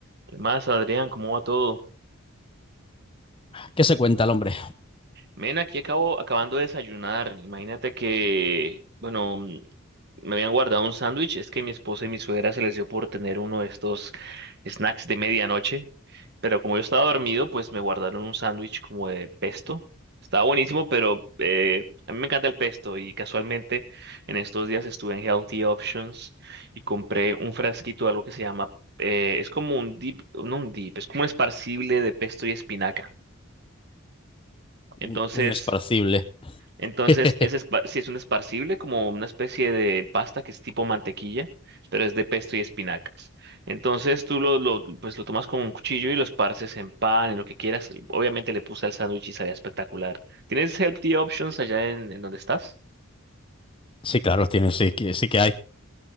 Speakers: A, on the right (about 50°); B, on the left (about 25°).
A: ¿Qué más, Adrián? ¿Cómo va todo?
B: ¿Qué se cuenta el hombre?
A: Men, aquí acabo acabando de desayunar. Imagínate que, bueno, mm, me habían guardado un sándwich. Es que mi esposa y mi suegra se les dio por tener uno de estos snacks de medianoche. Pero como yo estaba dormido, pues me guardaron un sándwich como de pesto. Estaba buenísimo, pero eh, a mí me encanta el pesto. Y casualmente en estos días estuve en Healthy Options y compré un frasquito de algo que se llama, eh, es como un dip, no un dip, es como un esparcible de pesto y espinaca. Entonces,
B: Un, un esparcible.
A: entonces
B: <laughs>
A: es espa- sí es un esparcible, como una especie de pasta que es tipo mantequilla, pero es de pesto y espinacas. Entonces tú lo, lo, pues lo tomas con un cuchillo y lo esparces en pan, en lo que quieras. Obviamente le puse al sándwich y sabía espectacular. ¿Tienes healthy options allá en, en donde estás?
B: Sí, claro, tiene, sí, que- sí que hay.